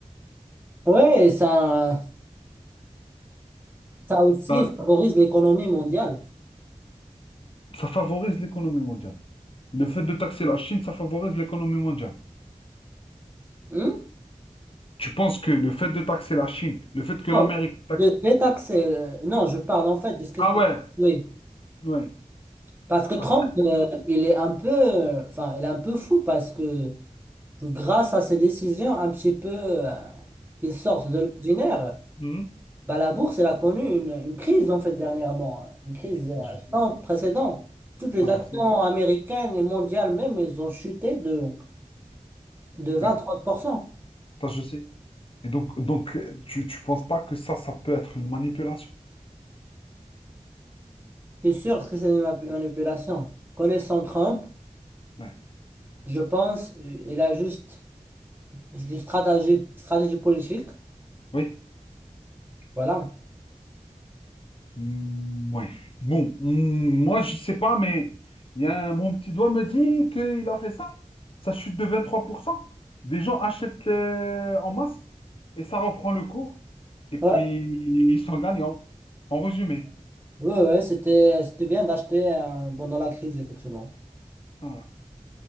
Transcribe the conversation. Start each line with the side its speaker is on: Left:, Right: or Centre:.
Right: ouais, ça. Ça aussi
Left: Bah,
Right: favorise l'économie mondiale.
Left: ça favorise l'économie mondiale. Le fait de taxer la Chine, ça favorise l'économie mondiale.
Right: Hmm?
Left: Tu penses que le fait de taxer la Chine, le fait que
Right: Bon,
Left: l'Amérique taxe...
Right: de détaxer. euh, non, je parle en fait de ce que
Left: Ah
Right: je parle.
Left: ouais,
Right: Oui.
Left: ouais.
Right: Parce que Trump,
Left: Bah, tout-
Right: euh, il est un peu, euh, enfin, il est un peu fou parce que grâce à ses décisions un petit peu euh, qui sortent de l'ordinaire,
Left: Mhm.
Right: bah, la bourse, elle a connu une, une crise en fait dernièrement, une crise euh,
Left: Ça, je sais.
Right: sans précédent. Toutes les
Left: Ça, je
Right: actions
Left: sais.
Right: américaines et mondiales même, elles ont chuté de, de vingt-trente
Left: Ouais.
Right: pour cent.
Left: Ça, je sais. Et donc, donc euh, tu ne penses pas que ça, ça peut être une manipulation?
Right: C'est sûr que c'est une manipulation. Connaissant Trump,
Left: Ouais.
Right: Je pense, euh, il a juste, c'est une stratégie, stratégie politique,
Left: Oui.
Right: voilà.
Left: Hmm, ouais. Bon, hmm, moi, je sais pas, mais il y a un- mon petit doigt me dit qu'il a fait ça. Ça chute de 23%. Des gens achètent euh, en masse et ça reprend le cours. Et puis,
Right: Ouais,
Left: ils sont gagnants, en résumé.
Right: ouais, ouais, c'était, c'était bien d'acheter euh, pendant la crise, effectivement.
Left: Voilà.